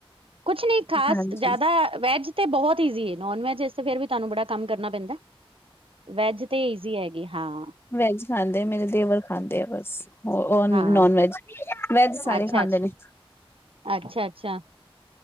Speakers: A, on the right (about 70°); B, on the left (about 25°).
A: ਕੁਛ ਨੀ ਖਾਸ
B: ਹਾਂਜੀ
A: ਜ਼ਿਆਦਾ ਵੈਜ ਤੇ ਬਹੁਤ ਈਜ਼ੀ ਨੋਨ ਵੈਜ ਇਸ ਫੇਰ ਵੀ ਤੁਹਾਨੂੰ ਬੜਾ ਕੰਮ ਕਰਨਾ ਪੈਂਦਾ। ਵੈਜ ਤੇ ਈਜ਼ੀ ਹੈਗੀ ਹਾਂ।
B: ਵੈੱਜ ਖਾਂਦੇ ਆ ਮੇਰੇ ਦੇਵਰ ਖਾਂਦੇ ਆ ਬਸ। ਨੋਨ
A: ਹਾਂ
B: ਵੈਜ, ਵੈਜ ਸਾਰੇ
A: ਅੱਛਾ
B: ਖਾਂਦੇ
A: ਅੱਛਾ
B: ਨੇ।
A: ਅੱਛਾ ਅੱਛਾ